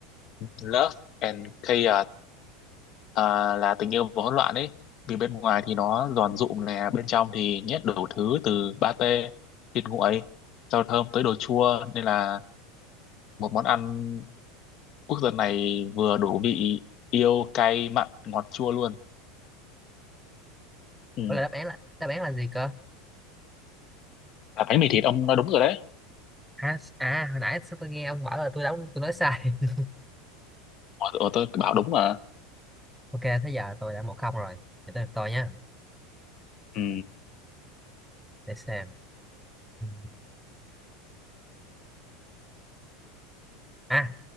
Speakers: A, on the left; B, in the centre.
A: Love and Chaos à, là tình yêu và hỗn loạn ấy vì bên ngoài thì nó giòn rụm nè bên trong thì nhét đủ thứ từ pate thịt nguội rau thơm tới đồ chua nên là một món ăn quốc dân này vừa đủ vị yêu cay mặn ngọt chua luôn ừ.
B: Ủa là đáp án là đáp án là gì cơ
A: là bánh mì thịt ông nói đúng rồi đấy
B: à, à hồi nãy tôi nghe ông bảo là tôi đóng tôi nói sai <laughs>
A: Ủa, tôi bảo đúng mà
B: Ok, thế giờ tôi đã một không rồi. Để tới lượt tôi nhá
A: Ừ.
B: Để xem. Ừ. À,